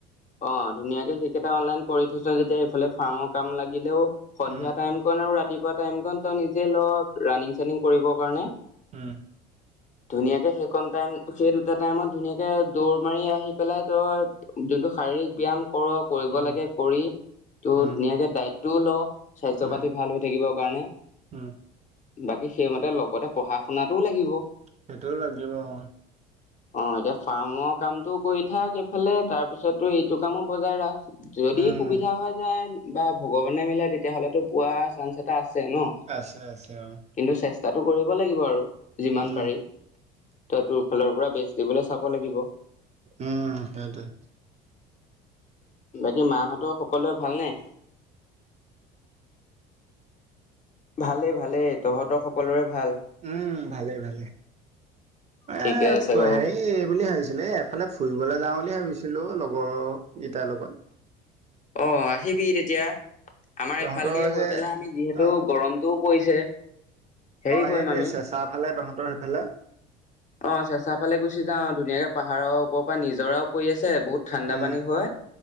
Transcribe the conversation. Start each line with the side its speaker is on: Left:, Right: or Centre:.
Left: অ', ধুনীয়াকে সেইকেইটা অনলাইন কৰি থৈছ যেতিয়া, এইফালে ফাৰ্মৰ কাম লাগিলেও। সন্ধিয়া
Right: উম,
Left: টাইম ক আৰু ৰাতিপুৱা টাইম ক তই নিজে ল, ৰানিং চানিং কৰিব কাৰণে।
Right: উম,
Left: ধুনীয়াকে সেইকন টাইম, সেই দুটা টাইমত ধুনীয়াকে দৌৰ মাৰি আহি পেলাই, তই যোনটো শাৰীৰিক ব্যায়াম কৰো, কৰিব
Right: উম,
Left: লাগে কৰি ত
Right: উম,
Left: ধুনীয়াকে দায়িত্বও ল স্বাস্থ্য
Right: উম,
Left: পাতি ভাল হৈ থাকিবৰ কাৰণে।
Right: উম,
Left: বাকী সেইমতে লগতে পঢ়া শুনাটোও লাগিব।
Right: সেইটোও লাগিব অ'।
Left: অ', এতিয়া ফাৰ্মৰ কামটোও কৰি থাক, এইফালে তাৰ পিছতো এইটো কামো বজাই ৰাখ। যদি
Right: উম,
Left: সুবিধা হৈ যায় বা ভগৱানে মিলাই, তেতিয়াহ'লেতো পোৱা চাছ্ৰ আছে ন?
Right: আছে, আছে অ',
Left: কিন্তু চেষ্টাটো কৰিব লাগিব আৰু যিমান
Right: উম,
Left: পাৰি, তই তোৰ ফালৰ পৰা বেচ দিবলৈ চাব লাগিব।
Right: উম্, সেইটোৱেই।
Left: বাকী মাহঁতৰ সকলোৱে ভালনে? ভালেই ভালেই তহঁতৰ সকলোৰে। ভাল
Right: উম্ ভালেই ভালেই। এ
Left: ঠিকে আছে বাৰু
Right: হেৰি, এই বুলি ভাবিছিলোঁ, এফালে ফুৰিবলৈ যাওঁ বুলি ভাবিছিলো লগত। ঘৰকেইটাৰ লগত।
Left: অ'আহিবি তেতিয়া আমাৰ
Right: তহঁতৰ
Left: ইফাল দিয়ে
Right: যে
Left: গৈ পেলাই আমি যিহেতু
Right: অ',
Left: গৰমটো পৰিছে। হেৰি
Right: অ'
Left: কৰিম
Right: সেইটোৱে,
Left: আমি
Right: চেঁচা ফালে তহঁতৰ সেইফালে
Left: অ' চেঁচা ফালে গুচি যাওঁ, ধুনীয়াকৈ পাহাৰৰ ওপৰ পৰা নিজৰাও পৰি আছে। বহুত ঠাণ্ডা
Right: উম,
Left: পানী হয়